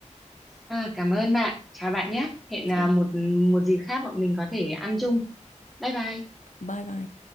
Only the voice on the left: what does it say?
Chào
bạn.
Bye bye.